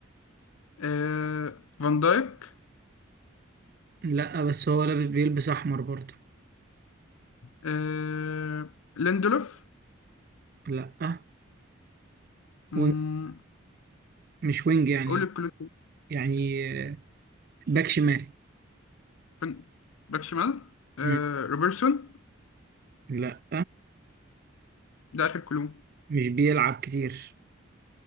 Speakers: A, on the left; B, on the right.
A: آه... فان دايك
B: لا بس هو لابس بيلبس احمر برضه
A: آه... ليندلوف
B: لا
A: أمم،
B: وينج مش وينج يعني
A: قول الكلو
B: يعني آه، باك شمال
A: فن- باك شمال آه...
B: مم.
A: روبرتسون
B: لا
A: ده اخر كلو
B: مش بيلعب كتير